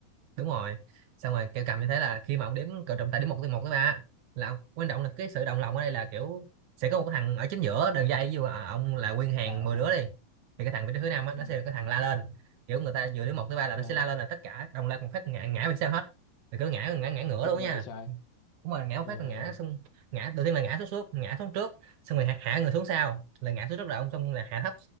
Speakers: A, on the right; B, on the left.
A: đúng rồi xong rồi kêu cầm như thế là khi mà ông đếm cờ trọng tài đếm một từ một tới ba là ông, quan trọng là cái sự đồng lòng ở đây là kiểu sẽ có một cái thằng ở chính giữa đường dây ví dụ à, ông là nguyên hàng
B: à
A: 10
B: ok
A: đứa đi thì cái thằng vị trí thứ năm á nó
B: ừ.
A: sẽ là cái thằng la lên kiểu người ta vừa đếm một tới ba là
B: ok
A: nó
B: ok.
A: sẽ la lên là tất cả đồng loạt một phát ngã ngã về sau hết thì cứ ngã ngã ngã ngửa
B: chuyên
A: luôn
B: nghiệp
A: nha
B: vậy trái,
A: đúng rồi ngã một
B: ờ
A: phát là
B: ờ
A: ngã xong ngã đầu tiên là ngã xuống xuống ngã xuống trước xong rồi hạ, hạ người xuống sau là ngã xuống trước là ông xong là hạ thấp